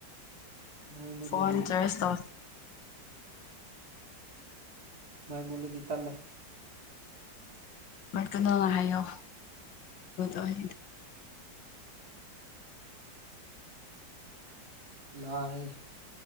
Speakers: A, on the right; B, on the left.
A: ꯃꯩ ꯃꯨꯠꯂꯗꯤ
B: ꯐꯣꯟꯣꯟ ꯆꯁ ꯇ
A: ꯃꯥꯏ ꯃꯂꯗꯤ ꯇꯔꯂꯦ
B: ꯃꯔꯀꯅꯣꯅ ꯍꯥꯏꯌꯣꯠ ꯑꯣꯏ
A: ꯂꯥꯏ